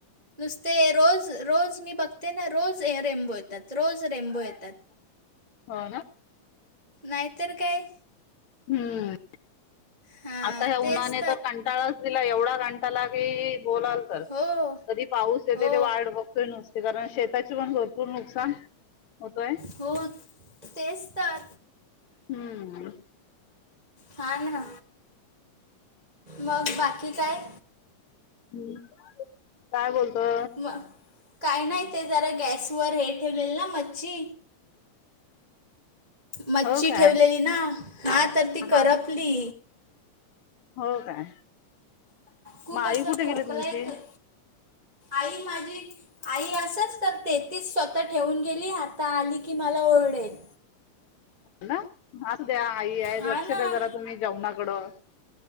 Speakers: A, on the right; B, on the left.
A: नुसते रोज रोज मी बघते ना रोज रेम्बो येतात रोज रेम्बो येतात.
B: हो ना.
A: नाहीतर काय?
B: हम्म.
A: हां
B: आता ह्या
A: तेच
B: उन्हाने तर कंटाळाच दिला एवढा कंटाला की बोलाल तर
A: हो
B: कधी पाऊस येतोय...
A: हो
B: ती वाट बघतोय नुसती... कारण शेताची पण भरपूर नुकसान होतोय...
A: हो तेच तर
B: हम्म
A: हा ना... मग बाकी काय?
B: हम्म, काय बोलतो?
A: मग काही नाही ते जरा गॅसवर हे ठेवलेल ना मच्छी मच्छी
B: हो काय
A: ठेवलेली ना हा तर ती
B: हा,
A: करपली.
B: हा हो काय
A: खूप
B: मग आई
A: असं
B: कुठे
A: खोकला
B: गेली तुमची?
A: येतोय. आई माझी आई असच. तर ते तीच स्वतः ठेवून गेली, आता आली की मला ओरडेल
B: ना, आत्या... आई ए,
A: हा
B: लक्ष
A: ना.
B: द्या जरा तुम्ही जेवणाकडं